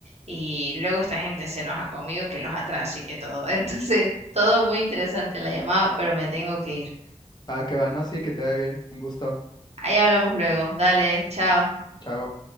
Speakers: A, on the right (about 55°); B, on the left (about 35°).
A: y luego esta gente se enoja conmigo que los atraso y que todo. <laughs> Entonces, todo muy interesante la llamada, pero me tengo que ir.
B: Ah, que va, no, sí, que te vaya bien. Un gusto.
A: Ahí hablamos luego. Dale, chao.
B: Chao.